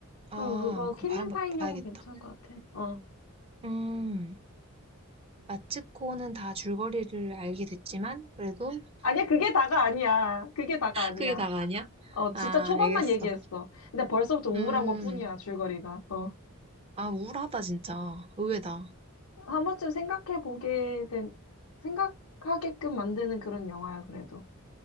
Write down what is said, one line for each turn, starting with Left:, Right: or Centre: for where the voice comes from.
Right: 아,
Left: 어, 그거
Right: 그거
Left: 킬링타임용은
Right: 봐, 봐야겠다.
Left: 괜찮을 것 같아. 어.
Right: 음. 마츠코는 다 줄거리를 알게 됐지만, 그래도
Left: 아니야, 그게 다가 아니야. 그게 다가 아니야.
Right: 그게 다가 아니야?
Left: 어, 진짜
Right: 아,
Left: 초반만
Right: 알겠어.
Left: 얘기했어. 근데 벌써부터 우울한
Right: 음.
Left: 것뿐이야, 줄거리가. 어.
Right: 아, 우울하다, 진짜. 의외다.
Left: 한 번쯤 생각해 보게 된, 생각하게끔 만드는 그런 영화야, 그래도.